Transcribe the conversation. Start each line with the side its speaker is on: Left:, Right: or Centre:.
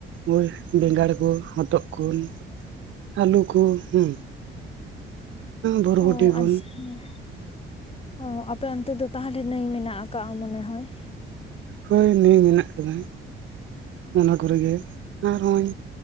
Right: ᱳᱭ ᱵᱮᱸᱜᱟᱲ ᱠᱚ ᱦᱚᱛᱚᱜ ᱠᱷᱚᱱ ᱟᱞᱩ ᱠᱳ ᱦᱩᱸ᱾ ᱵᱚᱨᱵᱚᱴᱤ
Left: ᱚ
Right: ᱠᱚ
Left: ᱟᱪᱪᱷᱟ ᱦᱮᱸ᱾ ᱚ ᱟᱯᱮ ᱚᱱᱛᱮ ᱫᱚ ᱛᱟᱦᱟᱞᱮ ᱱᱟᱹᱭ ᱢᱮᱱᱟᱜ ᱟᱠᱟᱜ-ᱟ ᱢᱚᱱᱮ ᱦᱚᱭ?
Right: ᱦᱳᱭ ᱱᱤᱭᱟᱹ ᱢᱮᱱᱟᱜ ᱠᱟᱫᱟ ᱚᱱᱟ ᱠᱚᱨᱮ ᱜᱮ ᱟᱨ ᱦᱚᱸᱜᱚᱭ